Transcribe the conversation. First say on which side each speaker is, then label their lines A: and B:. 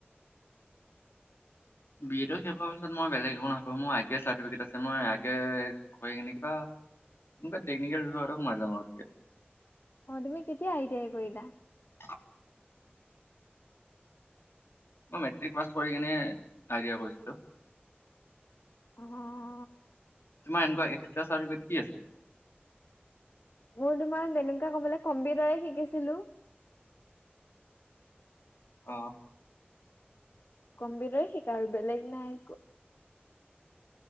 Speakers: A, on the left; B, on the left.
A: বি এ টো শেষ হোৱাৰ পিছত মই বেলেগ একো নাভাবো, মই আই টি আই চাৰ্টিফিকেট আছে, মই আই টি আই কৰি কিনে কিবা, কিবা টেকনিকেল বিভাগতে সোমাই যাম আও
B: অ, তুমি কেতিয়া আই টি আই কৰিলা
A: <inaudible> মই মেট্ৰিক পাছ কৰি কিনে আই টি আই কৰিছিলোঁ।
B: অ অ
A: তোমাৰ এনেকুৱা এক্সট্ৰা চাৰ্টিফিকেট কি আছে
B: মোৰ তোমাৰ তেনেকুৱা কবলে কম্পিউটাৰে শিকিছিলো
A: অ
B: কম্পিউটাৰে শিকা আৰু বেলেগ নাই